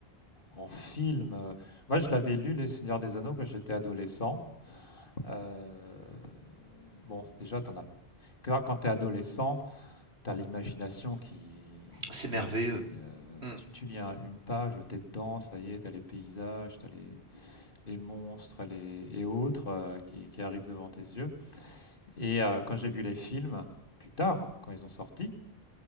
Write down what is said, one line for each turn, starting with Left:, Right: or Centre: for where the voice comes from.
Left: en film, heu moi je l'avais lu, Les Seigneurs des Anneaux, quand j'étais adolescent. Euh, bon, déjà, t'en as. Quand, quand tu es adolescent, tu as l'imagination qui.
Right: c'est
Left: Tu
Right: merveilleux.
Left: vois, qui, euh,
Right: Hmm.
Left: tu, tu lis un- une page, tu es dedans, ça y est, tu as les paysages, tu as les, les monstres les, et autres euh, qui, qui arrivent devant tes yeux. Et euh, quand j'ai vu les films, plus tard, quand ils ont sorti,